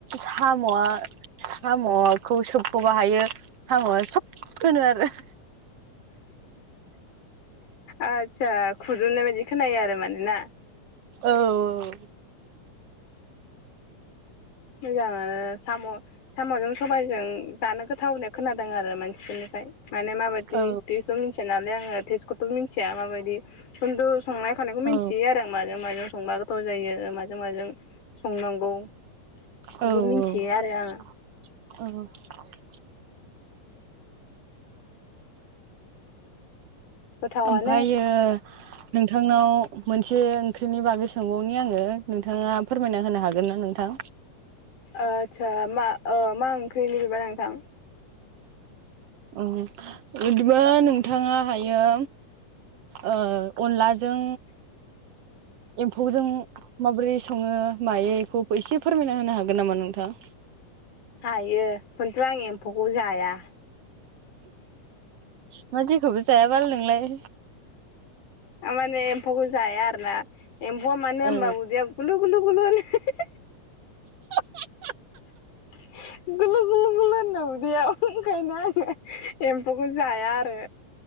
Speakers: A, on the right; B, on the left.
A: साम'आ साम'खौ सोबखौ हायो साम'आ सब होनोआरो
B: आस्सा खुदुमनाय बायदि खोनायो आरो माने ना
A: औ औ
B: मोजां आनो साम' साम'जों सबायजों जानो गोथाव होननाय खोनादों आरो मानसिफोरनिफ्राय माने माबायदि
A: औ
B: बेखौ मिथिया नालाय आङो टेस्टखौथ' मिन्थिया माबायदि खिन्थु संनाय खावनायखौ
A: औ
B: मिन्थियो आरो आं माजों माजों संबा गोथाव जायो माजों माजों संनांगौ
A: औ
B: बेखौ मिथियो आरो
A: औ
B: आङो
A: औ
B: गोथावानो
A: ओमफायो नोंथांनाव मोनसे ओंख्रिनि बागै सोंबावनि आङो नोंथाङा फोरमायना होनो हागोन ना नोंथां?
B: आदसा मा ओ मा ओंख्रिनिबा नोंथां
A: ओ बिदिबा नोंथाङा हायो ओ अनलाजों एम्फौजों माबोरै सङो मायो बेखौ एसे फोरमायना होनो हागोन नामा नोंथां?
B: हायो खिन्थु आं एम्फौखौ जाया।
A: मा जेखौबो जायाबाल नोंलाय?
B: थारमाने एम्फौखौ जाया आरोना एम्फौआ मानो होनबा
A: ओ
B: उदैयाव गुलु गुलु गुलु होनो।
A: <inaudible>
B: <inaudible> गुलु गुलु गुलु होनो उदैयाव ओंखायनो आङो एम्फौखौ जाया आरो।